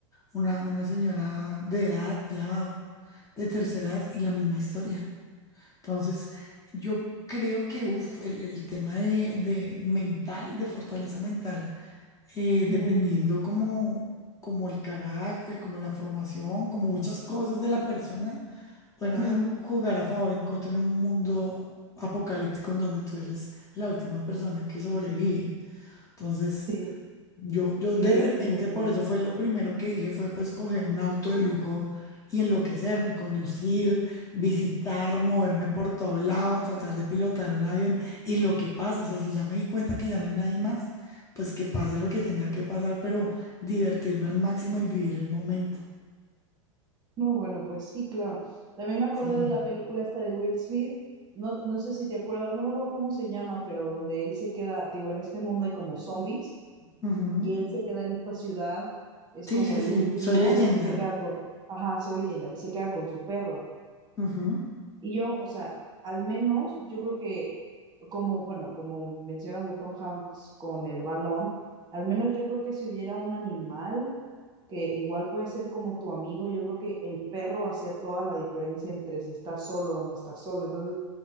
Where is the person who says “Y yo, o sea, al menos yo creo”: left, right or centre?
Right